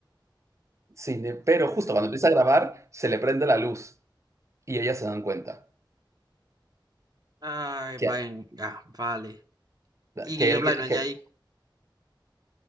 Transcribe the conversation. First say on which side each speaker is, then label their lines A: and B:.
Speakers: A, on the right; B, on the right.
A: Sin, em- pero
B: perfecto.
A: justo cuando empieza a grabar, se le prende la luz y ellas se dan cuenta
B: Ay,
A: que,
B: venga, vale. Y Guillermo
A: que él,
B: Blano, ya
A: que,
B: ahí,